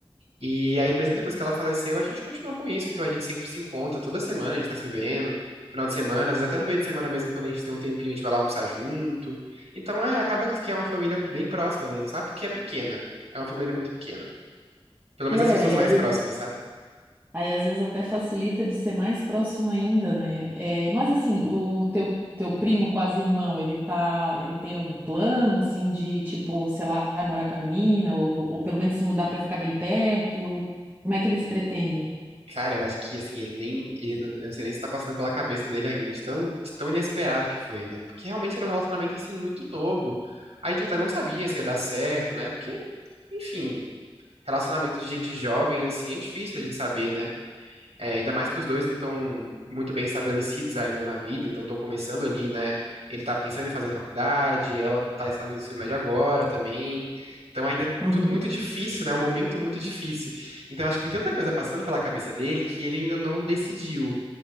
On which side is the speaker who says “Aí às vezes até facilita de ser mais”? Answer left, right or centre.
Right